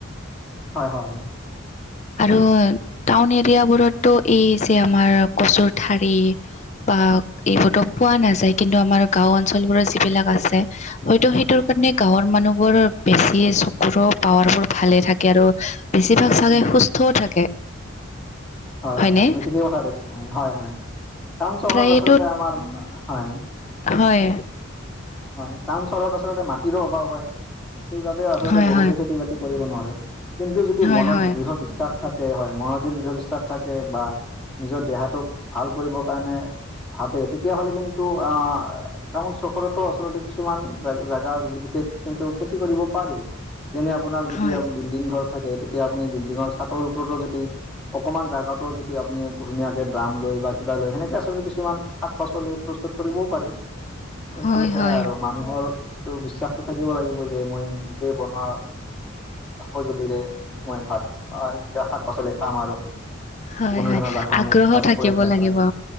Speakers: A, in the centre; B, on the left (about 35°).
A: হয় হয়।
B: আৰু টাউন এৰিয়াবোৰতটো এই যে আমাৰ কচুৰ ঠাৰি বা এইবোৰতো পোৱা নাযায় কিন্তু আমাৰ গাও অঞ্চলবোৰৰ যিবিলাক আছে। হয়তো সেইটোৰ কাৰণে গাঁৱৰ মানুহবোৰ বেছি চকুৰ পাৱাৰ বোৰ ভালে থাকে আৰু বেছিভাগ
A: উম,
B: চাগে সুস্থও থাকে।
A: হয়
B: হয়নে
A: হয়, আপুনি ঠিকেই কথা কৈছে ন হয় হয়। টাউন চহৰত
B: প্ৰায়েতো
A: আচলতে আমাৰ, হয়।
B: হয়।
A: হয়, টাউন চহৰত আচলতে মাটিৰো অভাৱ হয় সেইবাবেও আচলতে
B: হয়
A: বহুতে
B: হয়
A: খেতি বাত- কৰিব নোৱাৰে, কিন্তু যদি
B: হয়
A: মনত
B: হয়
A: গৃহত বিশ্বাস থাকে হয় মনজৰি গৃহ বিশ্বাস থাকে বা নিজৰ দেহাটোক ভাল কৰিবৰ কাৰণে ভাবে তেতিয়াহ'লে কিন্তু অ টাউন চহৰত ত আচলতে কিছুমান জাগ জাগা বিশেষ কিন্তু খেতি কৰিব পাৰি। যেনে আপোনাৰ যদি
B: হয়
A: বিল্ডিং ঘৰ থাকে তেতিয়া আপুনি বিল্ডিঙৰ চাটৰ ওপৰতো যদি অকণমান জোগাতো যেতিয়া আপুনি ধুনীয়াকে ড্ৰাম লয় বা, কিবা লয় সেনেকে আচলতে কিছুমান শাক পাচলি প্ৰস্তুত। কৰিবও পাৰি কিন্তু
B: হয়
A: সেয়া
B: হয়
A: আৰু মানুহৰ এইটো বিশ্বাস থাকিব লাগিব যে মই নিজে বনোৱা সঁজুলিৰে মই ভাত শাক পাচলি খাম আৰু
B: হয়
A: কোনো
B: হয়
A: ধৰণৰ ৰাসায়নিক
B: আগ্ৰহ
A: সাৰ
B: থাকিব
A: প্ৰয়োগ নকৰাক
B: লাগিব